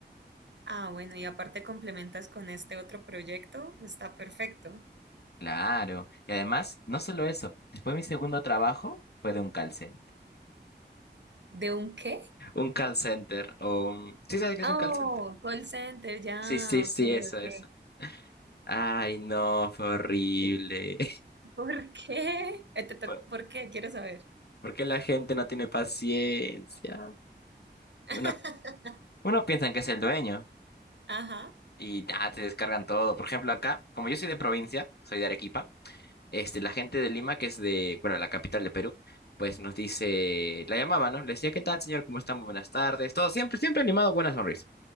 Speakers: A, on the right (about 80°); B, on the left (about 60°).
A: Ah, bueno, y aparte complementas con este otro proyecto, está perfecto.
B: Claro. Y además, no solo eso, después mi segundo trabajo fue de un call center.
A: ¿De un qué?
B: Un call center o un... ¿Sí sabes qué es
A: Oh,
B: un call center?
A: call center, ya,
B: Sí, sí, sí,
A: ok,
B: eso,
A: ok.
B: eso. Ay, no, fue horrible.
A: ¿Por qué? <laughs>
B: <laughs>
A: Eh, te to-
B: ¿Por
A: ¿Por qué? Quiero saber.
B: por qué la gente no tiene paciencia?
A: <laughs>
B: Uno, uno piensa en que es el dueño
A: Ajá,
B: y ya te descargan todo. Por ejemplo, acá, como yo soy de provincia, soy de Arequipa, este, la gente de Lima, que es de, bueno, la capital de Perú, pues nos dice, la llamaba, ¿no? Le decía, ¿qué tal, señor? ¿Cómo está? Muy buenas tardes. Todo siempre, siempre animado, buena sonrisa.